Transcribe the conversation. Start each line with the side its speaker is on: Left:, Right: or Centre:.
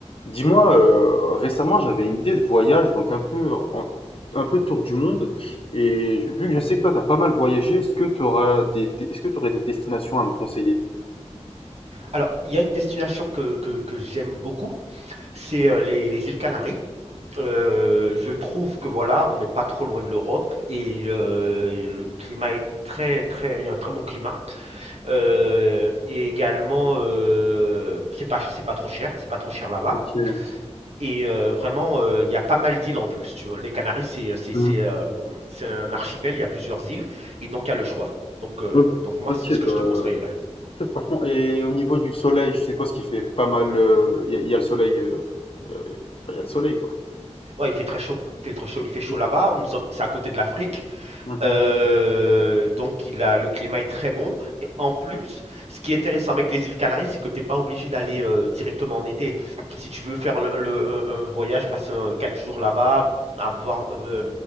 Left: Dis-moi, heu, récemment, j'avais une idée de voyage, donc un peu en un peu tour du monde et je vu que je sais que toi, t'as pas mal voyagé, est-ce que tu auras des des est-ce que tu aurais des destinations à me conseiller?
Right: Alors, il y a une destination que, que, que j'aime beaucoup, c'est euh, les, les îles Canaries. Euh, je trouve que voilà, on n'est pas trop loin de l'Europe et euh, le climat est très très, il y a un très bon climat. Euh, et également, euh, c'est pas c'est pas trop cher, c'est pas trop cher là-bas.
Left: OK.
Right: Et euh, vraiment, euh, il y a pas mal d'îles en plus. Tu vois, les Canaries, c'est c'est
Left: Mmh.
Right: c'est euh, c'est un archipel, il y a plusieurs îles et donc il y a le choix. Donc euh,
Left: O
Right: donc moi,
Left: OK,
Right: c'est ce que
Left: bah,
Right: je te conseillerais.
Left: OK, franchement et au niveau du soleil, je suppose qu'il fait pas mal, il y a y a le soleil, il y a y a le soleil, quoi.
Right: Ouais, il fait très chaud. Il fait très chaud.
Left: OK.
Right: Il fait chaud là-bas. Nous sommes- C'est à côté de l'Afrique.
Left: Mmh
Right: Euh, donc, il a, le climat est très bon. Et en plus, ce qui est intéressant avec les îles Canaries, c'est que tu n'es pas obligé d'aller euh, directement en été. Si tu veux faire le, le- un, un voyage, passer un- quatre jours là-bas, avoir, euh,